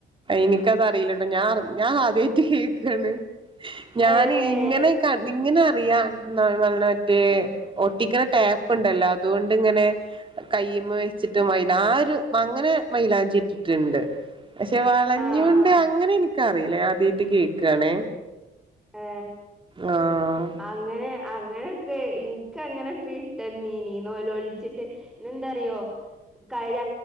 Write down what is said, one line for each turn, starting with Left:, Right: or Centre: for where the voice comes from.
Right: എനിക്കത്റിയില്ലട്ടോ ഞാൻ ഞാൻ ആദ്യായിട്ട് കേക്കാണ് ഞാനേ
Centre: ഏഹ്
Right: ഇങ്ങനെക്കാ ഇങ്ങനെ അറിയാ ന്നാ മറ്റേ ഒട്ടിക്ക്‌ണ ടേപ്പ്ണ്ടല്ലോ അതുകൊണ്ടിങ്ങനെ കയ്യ്മ്മ വെച്ചിട്ട് മൈലാ ആരും അങ്ങനെ മൈലാഞ്ചി ഇട്ടിട്ടുണ്ട് പക്ഷെ വളഞ്ഞിയോണ്ട്
Centre: ആഹ് ആഹ്
Right: അങ്ങനെ ഇൻക്കറിയില്ല ആദ്യമായിട്ട് കേക്കാണ്
Centre: ഏ
Right: ആഹ്
Centre: അങ്ങനെ അങ്ങനെയൊക്കെ ഇൻക്കങ്ങനെയൊക്കെ ഇട്ടന്നീനീ നോലോൾച്ചിട്ട് പിന്നെന്താറിയോ കയ്യ